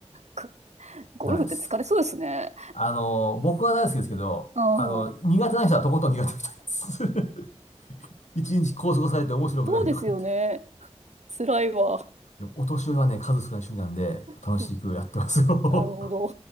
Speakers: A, on the right (about 75°); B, on the left (about 85°).
A: くゴルフって疲れそうですね。
B: 長いです。あの、僕は大好きですけど、
A: ああ。
B: あの、苦手な人はとことん苦手みたいです。<laughs> 一日拘束されて面白くないとかって。
A: そうですよね。辛いわ。
B: でもお年寄りはね、数少ない趣味なんで、楽しくやってますよ。
A: そう。なるほど。